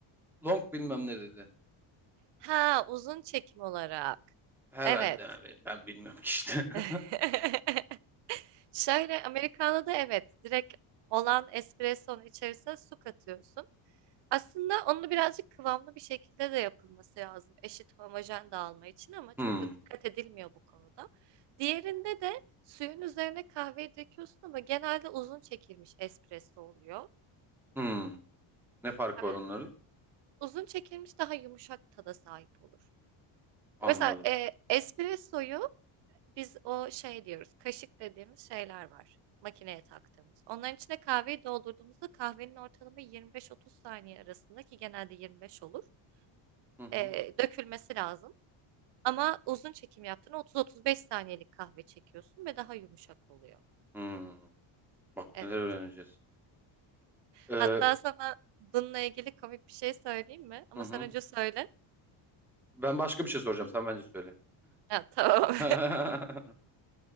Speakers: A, in the centre; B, on the right.
A: long bilmem ne dedi.
B: Ha uzun çekim olarak.
A: Herhalde
B: Evet.
A: abi, ben bilmiyorum ki işte.
B: <laughs>
A: <laughs>
B: Şöyle Americano'da evet direkt olan espressonun içerisine su katıyorsun. Aslında onu birazcık kıvamlı bir şekilde de yapılması lazım. Eşit homojen dağılma için ama
A: Hmm,
B: çok da dikkat edilmiyor bu konuda. Diğerinde de suyun üzerine kahveyi döküyorsun ama genelde uzun çekilmiş espresso oluyor.
A: hmm. Ne farkı
B: Aynen.
A: var onların?
B: Uzun çekilmiş daha yumuşak tada sahip olur.
A: Anladım.
B: Mesela e, espressoyu Biz o şey diyoruz, kaşık dediğimiz şeyler var. Makineye taktığımız. Onların içine kahveyi doldurduğumuzda kahvenin ortalama 25-30 saniye arasında ki genelde 25 olur.
A: Hı hı.
B: e, dökülmesi lazım. Ama uzun çekim yaptığında 30-35 saniyelik kahve çekiyorsun ve daha yumuşak oluyor.
A: Hmm. Bak
B: Evet.
A: neler öğreneceğiz. Ee,
B: Hatta sana bununla ilgili komik bir şey söyleyeyim mi? Ama
A: hı hı.
B: sen önce söyle.
A: Ben başka bir şey soracağım. Sen bence söyle.
B: Ha, tamam.
A: <laughs>